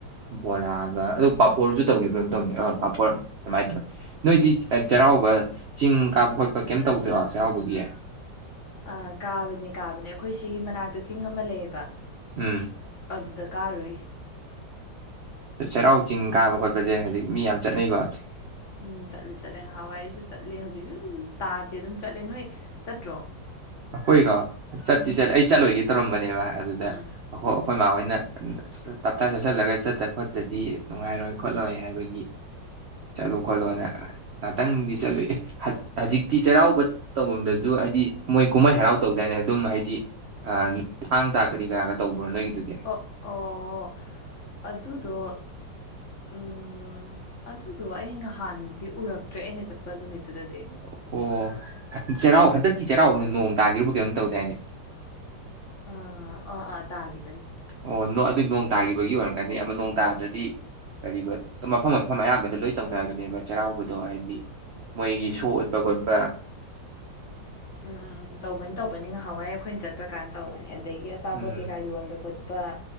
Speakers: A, on the right; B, on the left.
A: ꯕꯣꯔꯥꯒ ꯑꯗꯨ ꯄꯥꯐꯣꯔꯁꯨ ꯇꯧꯒꯦ ꯀꯩꯅꯣꯝ ꯇꯧꯅꯤ ꯑ ꯄꯥꯄꯣꯔ ꯑꯗꯨꯃꯥꯏꯅ ꯇꯧꯋ ꯅꯣꯏꯗꯤ ꯆꯩꯔꯥꯎꯕ ꯆꯤꯡ ꯀꯥꯕ ꯈꯣꯠꯄ <unintelligible> ꯀꯩꯌꯝ ꯇꯧꯗ꯭ꯔꯣ ꯌꯥꯎꯕꯒꯤ
B: ꯑ ꯀꯥꯕꯅꯦ ꯀꯥꯕꯅꯦ ꯑꯩꯈꯣꯏ ꯁꯤꯒꯤ ꯃꯅꯥꯛꯇ ꯆꯤꯡ ꯑꯃ ꯂꯩꯌꯦꯕ
A: ꯎꯝ
B: ꯑꯗꯨꯗ ꯀꯥꯔꯨꯏ
A: ꯆꯩꯔꯥꯎ ꯆꯤꯡ ꯀꯥꯕ ꯈꯣꯠꯄꯁꯦ ꯍꯧꯖꯤꯛ ꯃꯤ ꯌꯥꯝ ꯆꯠꯅꯩꯀꯣ
B: ꯎꯝ ꯎꯝ ꯆꯠꯂꯦ ꯆꯠꯂꯦ <unintelligible> ꯋꯥꯏ ꯆꯠꯂꯦ ꯍꯧꯖꯤꯛꯁꯨ ꯑꯗꯨꯝ ꯇꯥꯗꯦ ꯑꯗꯨꯝ ꯆꯠꯂꯦ ꯅꯣꯏ ꯆꯠꯇ꯭ꯔꯣ
A: ꯑꯩꯈꯣꯏꯔꯣ ꯆꯠꯇꯤ
B: ꯎꯝ
A: ꯆꯠꯂꯤ ꯑꯩ ꯆꯠꯂꯣꯏꯒꯦ ꯇꯧꯔꯝꯕꯅꯦꯕ ꯑꯗꯨꯗ
B: ꯎꯝ
A: ꯑꯩꯈꯣꯏꯃꯥ ꯍꯣꯏꯅ ꯇꯞꯇꯥ ꯆꯥꯁꯤꯜꯂꯒ ꯆꯠꯇ ꯈꯣꯠꯇꯗꯤ ꯅꯨꯡꯉꯥꯏꯔꯣꯏ ꯈꯣꯠꯂꯣꯏ ꯍꯥꯏꯕꯒꯤ ꯆꯠꯂꯣ ꯈꯣꯠꯂꯣꯅ ꯉꯥꯛꯇꯪꯗꯤ ꯆꯠꯂꯨꯏ ꯍꯧꯖꯤꯛꯇꯤ ꯆꯩꯔꯥꯎꯕ ꯇꯧꯕꯝꯗꯁꯨ ꯍꯥꯏꯗꯤ ꯃꯣꯏ ꯀꯨꯝꯍꯩ ꯍꯔꯥꯎ ꯇꯧꯗꯥꯏꯅꯦ ꯑꯗꯨꯝ ꯍꯥꯏꯗꯤ ꯑ ꯊꯥꯡ ꯇꯥ ꯀꯔꯤ ꯀꯔꯥꯒ ꯇꯧꯕ꯭ꯔꯣ ꯅꯣꯏꯒꯤꯗꯣ
B: ꯑꯣ ꯑꯣ ꯑꯗꯨꯗꯣ ꯎꯝ ꯑꯗꯨꯗꯣ ꯑꯩ ꯅꯍꯥꯟꯗꯤ ꯎꯔꯛ ꯇ꯭ꯔꯦ ꯑꯩꯅ ꯆꯠꯄ ꯅꯨꯃꯤꯠꯇꯨꯗꯗꯤ
A: ꯑꯣ ꯆꯩꯔꯥꯎ ꯍꯟꯗꯛꯀꯤ ꯆꯩꯔꯥꯎꯕꯅ ꯅꯣꯡ ꯇꯥꯈꯤꯕ ꯀꯩꯅꯣꯝ ꯇꯧꯗꯥꯏꯅꯦ
B: ꯑ ꯑ ꯑ ꯇꯥꯒꯤ
A: ꯑꯣ ꯑꯗꯨ ꯅꯣꯡ ꯇꯥꯒꯤꯕꯒꯤ ꯑꯣꯏꯔꯝꯒꯅꯤ ꯑꯗꯣ ꯅꯣꯡ ꯇꯥꯗ꯭ꯔꯗꯤ ꯀꯔꯤꯕ <unintelligible> ꯃꯐꯝ ꯃꯐꯝ ꯑꯌꯥꯝꯕꯗ ꯂꯣꯏ ꯇꯧꯅꯕꯅꯦꯕ ꯆꯩꯔꯥꯎꯕꯗꯣ ꯍꯥꯏꯗꯤ ꯃꯣꯏꯒꯤ ꯁꯣ ꯎꯠꯄ ꯈꯣꯠꯄ
B: ꯎꯝ ꯎꯝ ꯎꯝ ꯇꯧꯕꯅꯤ ꯇꯧꯕꯅꯤ ꯉꯍꯋꯥꯏ ꯑꯩꯈꯣꯏꯅ ꯆꯠꯄ ꯀꯥꯟꯗ ꯇꯧꯕꯅꯤ ꯑꯗꯒꯤ ꯑꯆꯥꯄꯣꯠ
A: ꯎꯝ
B: ꯀꯩꯀꯥ ꯌꯣꯟꯕꯈꯣꯠ ꯄ